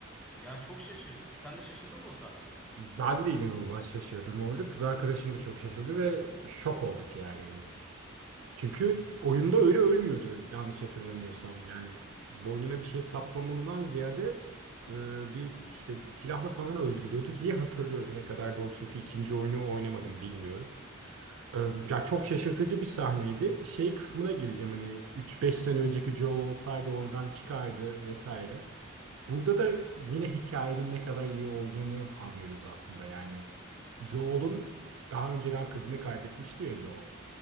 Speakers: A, in the centre; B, on the right.
A: Yani çok şaşırdık. Sen de şaşırdın mı o sahnede?
B: Ben de inanılmaz şaşırdım orada. Kız arkadaşım da çok şaşırdı ve şok olduk yani. Hani Çünkü oyunda öyle ölmüyordu yanlış hatırlamıyorsam. Yani boynuna bir şey saplamalıdan ziyade e, bir işte silahla falan öldürülüyordu diye hatırlıyorum. Ne kadar doğru çünkü ikinci oyunu oynamadım bilmiyorum. Ee, Ya çok şaşırtıcı bir sahneydi. Şey kısmına geleceğim hani üç beş sene önceki Joel olsaydı oradan çıkardı vesaire. Burada da yine hikayenin ne kadar iyi olduğunu anlıyoruz aslında. Yani Joel'un daha önceden kızını kaybetmişti ya Joel.